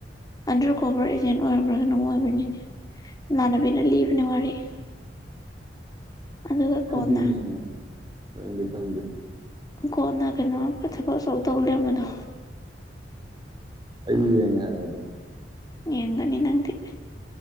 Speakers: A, on the left (about 20°); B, on the right (about 25°).
A: ꯑꯟꯗ꯭ꯔ ꯀꯣꯕꯔ ꯑꯦꯖꯦꯟ ꯑꯣꯏꯔꯝꯃ꯭ꯔꯒꯅ ꯑꯣꯏꯕꯅꯤꯅꯦ ꯏꯃꯥꯟꯅꯕꯤꯅ ꯂꯤꯕꯅꯦ ꯋꯥꯔꯤ ꯑꯗꯨꯒ
B: ꯅꯥꯪ
A: ꯀꯣꯟꯅ
B: ꯕꯤ ꯌꯦꯡꯉꯦ ꯂꯑꯣꯏꯟꯗꯤ ꯈꯪꯗꯔ꯭ꯦ
A: ꯀꯣꯅ ꯀꯩꯅꯣ ꯊꯕꯛ ꯑꯥ ꯇꯧ ꯂꯩꯔꯝꯕꯗꯣ
B: ꯑꯩꯗꯤ ꯌꯦꯡꯉꯦ ꯍꯥꯏꯕꯗꯣ
A: ꯌꯦꯡꯒꯅꯤ ꯅꯪꯗꯤ